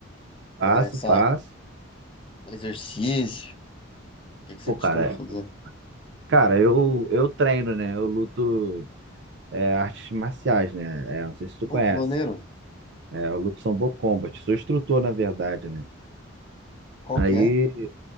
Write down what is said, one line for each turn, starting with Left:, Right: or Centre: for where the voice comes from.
Right: Faço,
Left: É, sai,
Right: faço.
Left: exercício? O que que você
Right: Pô,
Left: costuma
Right: cara,
Left: fazer?
Right: cara, eu, eu treino, né? Eu luto é, artes marciais, né? É, não sei se tu
Left: Pô,
Right: conhece.
Left: que maneiro.
Right: É, eu luto Sambo Combat. Sou instrutor, na verdade, né?
Left: Qual
Right: Aí.
Left: que é?